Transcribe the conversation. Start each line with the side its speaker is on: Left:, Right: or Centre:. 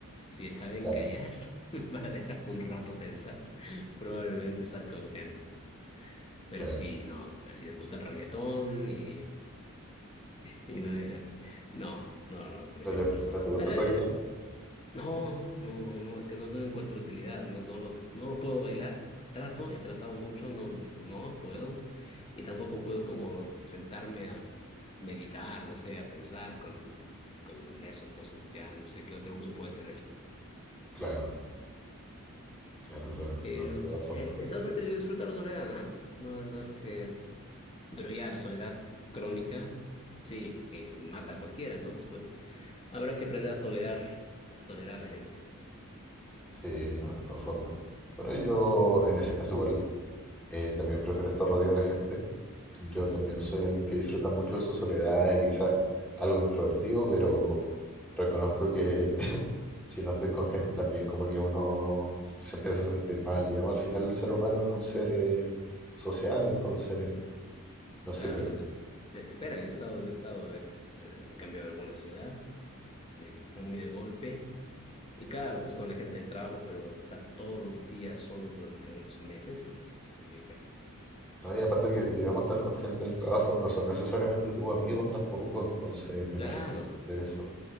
Left: Si saben
Centre: Claro,
Left: callar <laughs> para dejar un rato pensar, probablemente estar con gente. Pero
Centre: claro.
Left: si no, si les gusta el reggaetón y, y no deja. No, no, no, prefiero
Centre: ¿No te,
Left: estar solo.
Centre: no te gusta
Left: A ver,
Centre: el reggaetón?
Left: el- No, no, no, no, es que no, no encuentro utilidad, no, no lo, no lo puedo bailar. Trato, he tratado mucho, no, no puedo. Y tampoco puedo como sentarme a meditar, no sé, a pensar con, con eso. Entonces ya no sé qué otro uso puede tener.
Centre: Claro, claro, claro.
Left: Pero,
Centre: No, de todas formas.
Left: eh, de todas maneras, yo disfruto la soledad, ¿ah? No, no es que... Pero ya, la soledad crónica, sí, sí, mata a cualquiera. Entonces, pues, habrá que aprender a tolerar, a tolerar a la gente.
Centre: Sí, no, de todas formas. Bueno, yo en ese caso igual, eh, también prefiero estar rodeado de gente. Yo también soy alguien que disfruta mucho de su soledad y quizás algo introvertido, pero reconozco que <laughs> si no estoy con gente también como que uno se empieza a sentir mal. Digamos, al final el ser humano es un ser eh, social, entonces no sirve.
Left: Claro, de- desespera. Yo he estado, yo he estado a veces, eh, me he cambiado a alguna ciudad, de, muy de golpe. Y claro, estás con la gente del trabajo, pero estar todos los días solos durante unos meses es, es bien feo.
Centre: No, y aparte que, digamos, estar con gente del trabajo no son necesariamente tus amigos tampoco, entonces me
Left: Claro,
Centre: imagino que también debe ser,